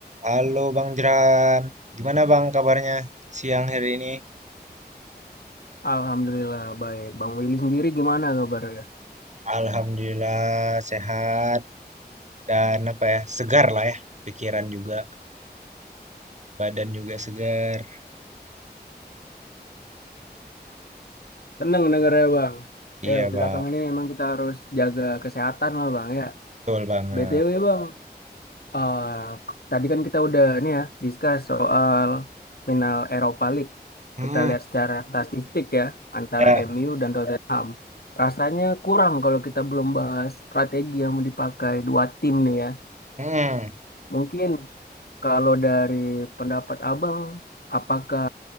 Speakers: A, on the right; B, on the left.
A: Halo Bang Jeran, gimana Bang kabarnya siang hari ini?
B: Alhamdulillah baik. Bang Willy sendiri gimana kabarnya?
A: Alhamdulillah sehat dan apa ya, segar lah ya, pikiran juga, badan juga segar.
B: Tenang negaranya Bang.
A: Iya
B: Ya belakangan
A: Bang,
B: ini emang kita harus jaga kesehatan lah Bang ya.
A: betul banget.
B: BTW Bang, eh, tadi kan kita udah nih ya discuss soal final Europa League.
A: Hmm,
B: Kita lihat secara statistik ya antara
A: ya,
B: MU dan Tottenham. Rasanya kurang kalau kita belum bahas strategi yang mau dipakai dua tim nih ya.
A: hmm,
B: Mungkin Kalau dari pendapat Abang, apakah